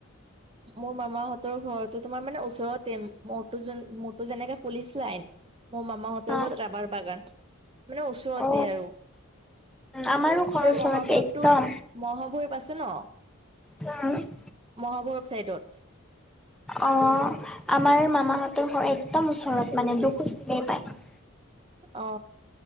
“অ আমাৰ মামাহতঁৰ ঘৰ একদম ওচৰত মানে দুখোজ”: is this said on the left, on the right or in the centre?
Centre